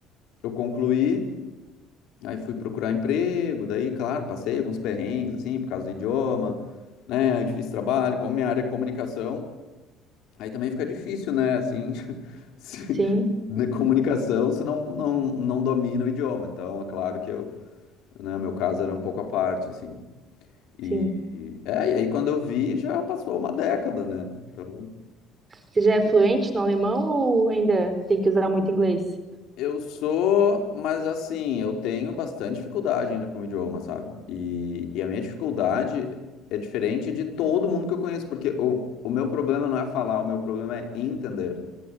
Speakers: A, on the left; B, on the right.
A: eu concluí, aí fui procurar emprego, daí, claro, passei alguns perrengues, assim, por causa do idioma, né? Aí difícil trabalho, como minha área é comunicação, aí também fica difícil, né? Assim, <laughs> se-
B: Sim,
A: né, comunicação se não, não, não domina o idioma. Então, é claro que eu, né, o meu caso era um pouco à parte, assim. E,
B: sim.
A: é, e aí quando eu vi, já passou uma década, né? Então,
B: Você já é fluente no alemão ou ainda tem que usar muito inglês?
A: Eu sou, mas assim, eu tenho bastante dificuldade ainda com o idioma, sabe? E, e a minha dificuldade é diferente de todo mundo que eu conheço, porque o, o meu problema não é falar, o meu problema é entender.